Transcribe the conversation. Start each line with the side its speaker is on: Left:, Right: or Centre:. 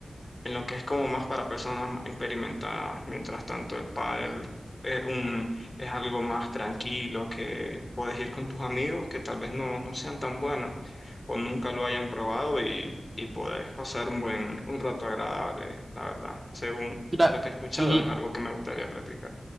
Left: en lo que es como más para personas más experimentadas, mientras tanto el pádel
Right: Mm.
Left: es un, es algo más tranquilo que puedes ir con tus amigos que tal vez no, no sean tan buenos o nunca lo hayan probado y, y puedes pasar un buen, un rato agradable, la verdad. Según
Right: La,
Left: lo que he escuchado,
Right: l-
Left: es algo que me gustaría practicar.